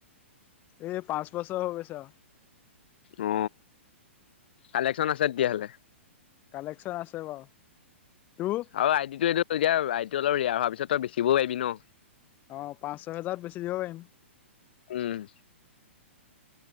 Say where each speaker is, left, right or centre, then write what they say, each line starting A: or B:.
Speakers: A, on the left; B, on the left.
A: এই পাঁচ বছৰ হৈ গৈছে।
B: অ কালেকচন আছে তেতিয়া হ'লে।
A: কালেকচন আছে বাৰু তোৰ।
B: আৰু <inaudible> বেচিবও পাৰি ন।
A: অ পাঁচ ছয় হেজাৰত বেছি দিব পাৰিম।
B: উম।